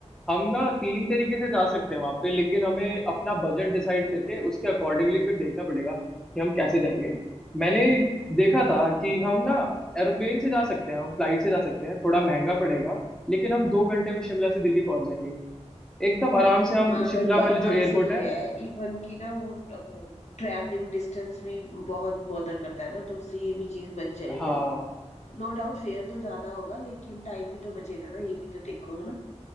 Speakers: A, in the centre; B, on the left (about 75°).
A: हम ना तीन तरीके से जा सकते हैं वहां पे लेकिन हमें अपना बजट डिसाइड करके उसके अकॉर्डिंगली फिर देखना पड़ेगा कि हम कैसे जाएंगे मैंने देखा था
B: अच्छा
A: कि हम ना एरोप्लेन से जा सकते हैं हम फ्लाइट से जा सकते हैं थोड़ा महंगा पड़ेगा लेकिन हम दो घंटे में शिमला से दिल्ली पहुंच जाएंगे एकदम आराम से हम
B: हाँ
A: शिमला
B: ये
A: वाले
B: बात
A: जो एयरपोर्ट
B: सही
A: है
B: है इवन की ना वो ट्रैवलिंग डिस्टेंस भी बहुत बॉदर करता है ना तो उससे ये भी चीज बच जाएगी
A: हाँ
B: नो डाउट फेयर तो ज्यादा होगा लेकिन टाइम भी तो बचेगा ना ये भी तो देखो है ना